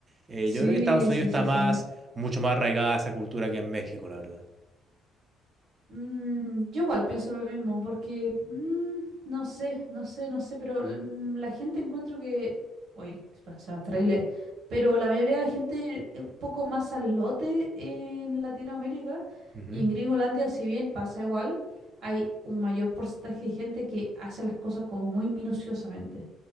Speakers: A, on the right; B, on the right.
A: Eh,
B: Sí,
A: yo creo que Estados Unidos
B: sí,
A: está
B: sí,
A: más,
B: sí.
A: mucho más arraigada esa cultura que en México, la verdad.
B: Mm, yo igual pienso lo mismo, porque mm, no sé, no sé, no sé, pero mm, la gente encuentro que, oye, suena terrible, pero la mayoría de la gente es un poco más al lote en Latinoamérica
A: Ujú.
B: y en Gringolandia, si bien pasa igual, hay un mayor porcentaje de gente que hace las cosas como muy minuciosamente.